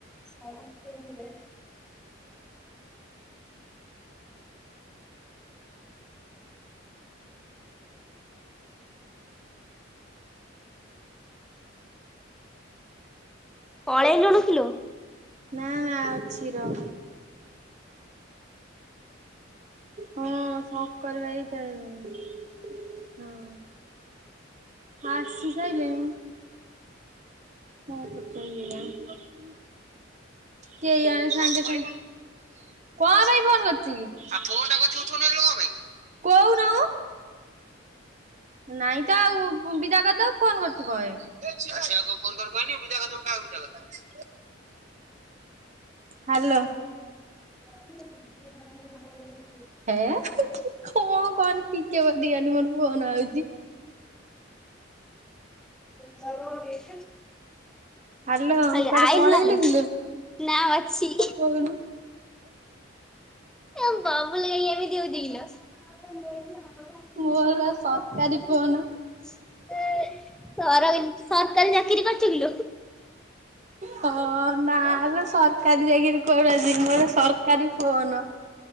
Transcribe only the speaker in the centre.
ସମସ୍ତେ ଏନ୍ଧ୍ଲେ ପଳେଇଲୁଣୁ କିଲୋ?
<unintelligible>
ସେ ଅଣ ଏଇଠି ଅଛି?
ଆଇ
ଆଇଲ୍
ନାଲୋ?
ନାଁ ଅଛି।
ଏ ବବୁଲୁ ଏମିତି ହୋଉଚି କିଲୋ? <unintelligible>
ସରଇ ସରକାରୀ ଚାକିରି କରିଚୁ କିଲୋ?